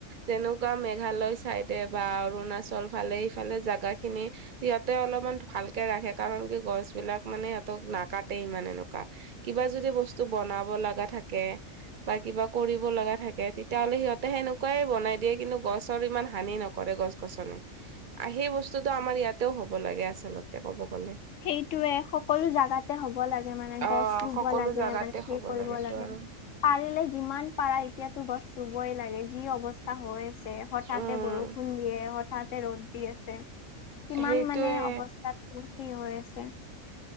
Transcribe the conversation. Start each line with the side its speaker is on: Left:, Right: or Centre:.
Right: যেনেকুৱা মেঘালয় চাইডে বা অৰুণাচল ফালে সফালে জোগা খিনি সিহঁতে অলপমান ভালকে ৰাখে কাৰণ কি গছ বিলাক মানে সিহঁতক নাকাটে ইমান এনেকুৱা কিবা যদি বস্তু বনাব লগা থাকে বা কিবা কৰিব লগা থাকে তেতিয়াাহ'লে সিহঁতে সেনেকুৱাই বনাই দিয়ে কিন্তু গছৰ ইমান হানি নকৰে গছ ছ সেই বস্তুতটো আমাৰ ইয়াতেও হব লাগে আচল্ত কব গ'লে
Left: সেইটোয়ে সকলো জাগাতে হ'ব লাগে মানে
Right: অ
Left: গছ ৰুব
Right: সকলো
Left: লাগে
Right: জাগাতে
Left: মানে সে
Right: হ'ব
Left: কৰিব
Right: লাগেতো
Left: লাগে
Right: আৰু
Left: পাৰিলে যিমান পাৰায় এতিয়াতো গছ ৰুবই লাগে যি অৱস্থা হৈ আছে হঠাতে
Right: উম
Left: বৰষুণ দিয়ে হঠাতে ৰ'দ কিমান
Right: সেইটোয়ে
Left: মানে অৱস্থাত কি হৈ আছে